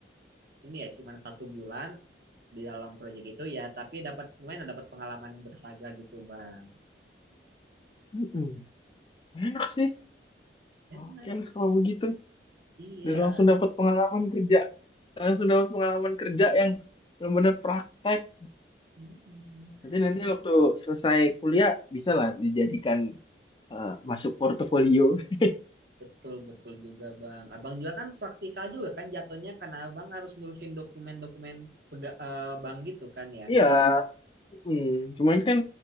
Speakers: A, on the right; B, on the left.
A: ini ya cuman satu bulan di dalam proyek itu ya tapi dapat lumayan dapat pengalaman yang berharga gitu bang
B: Mm-mm. Enak sih.
A: enak
B: Oke lah kalau begitu.
A: iya
B: Dan langsung dapat pengalaman kerja. Langsung dapat pengalaman kerja yang benar-benar praktek.
A: Mm-mm.
B: Nanti nanti waktu selesai kuliah bisa lah dijadikan eh, masuk portofolio. <laughs>
A: Betul, betul juga Bang. Abang juga kan praktikal juga kan jatuhnya karena Abang harus ngurusin dokumen-dokumen pega- eh, bank gitu kan ya.
B: Iya. mm. Cuman kan